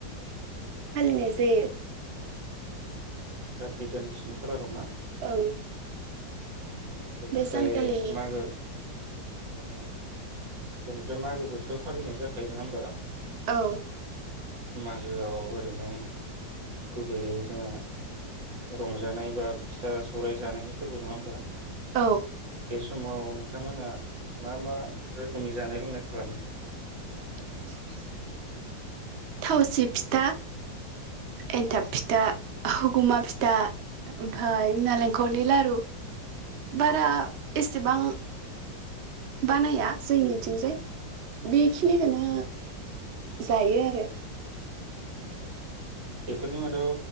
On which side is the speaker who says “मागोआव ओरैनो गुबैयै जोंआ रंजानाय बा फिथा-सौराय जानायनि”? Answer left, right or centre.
Right